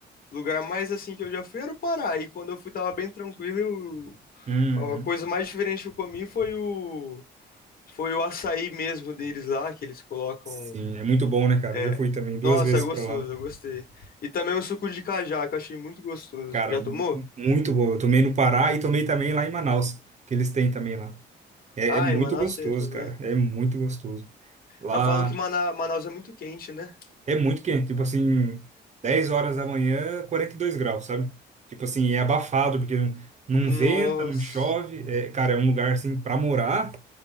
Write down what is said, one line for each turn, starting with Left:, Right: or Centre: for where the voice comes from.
Left: lugar mais assim que eu já fui era o Pará. E quando eu fui tava bem tranquilo. e o-
Right: Uhum.
Left: a coisa mais diferente que eu comi foi o Foi o açaí mesmo deles lá, que eles colocam.
Right: Sim, é muito bom, né, cara?
Left: É.
Right: Eu já fui também duas
Left: Nossa,
Right: vezes
Left: é gostoso,
Right: para lá.
Left: eu gostei. E também o suco de cajá, que eu achei muito gostoso.
Right: Cara,
Left: Já
Right: mu-
Left: tomou?
Right: muito bom. Eu tomei no Pará e tomei também lá em Manaus, que eles têm também lá. É,
Left: Ah,
Right: é muito
Left: em Manaus
Right: gostoso,
Left: tem também.
Right: cara. É muito gostoso. Lá
Left: Ah, falam que Mana- Manaus é muito quente, né?
Right: é muito quente, tipo assim, 10 horas da manhã, 42 graus, sabe? Tipo assim, é abafado, porque não, não
Left: Nossa.
Right: venta, não chove. É, cara, é um lugar assim para morar.